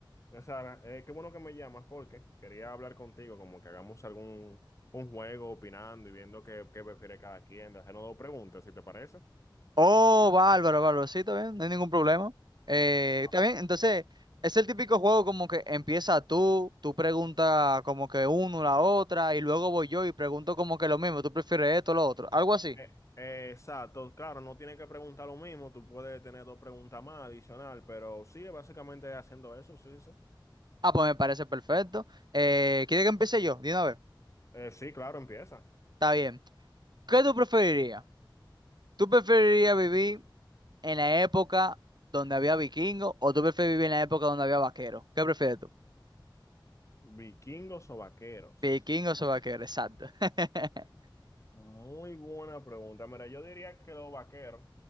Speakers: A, on the left (about 35°); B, on the right (about 55°).
A: Sara, eh, qué bueno que me llamas porque quería hablar contigo, como que hagamos algún un juego opinando y viendo qué, qué prefiere cada quien, de hacernos dos preguntas, si te parece.
B: Oh, bárbaro, bárbaro, sí, está bien, no hay ningún problema. Eh,
A: Ah,
B: está bien, entonces, es el típico juego como que empieza tú, tú preguntas como que uno, la otra, y luego voy yo y pregunto como que lo mismo, tú prefieres esto, lo otro, algo así.
A: eh, eh, exacto, claro, no tienes que preguntar lo mismo, tú puedes tener dos preguntas más adicional, pero sí, básicamente haciendo eso, sí, sí.
B: Ah, pues me parece perfecto. Eh, ¿quiere que empiece yo? Dime
A: Eh, sí, claro, empieza.
B: Está bien. ¿Qué tú preferirías? ¿Tú preferirías vivir en la época donde había vikingos o tú prefieres vivir en la época donde había vaqueros? ¿Qué prefieres tú?
A: ¿Vikingos o vaqueros?
B: ¿Vikingos o vaqueros? Exacto. <laughs>
A: Muy buena pregunta. Mira, yo diría que los vaqueros,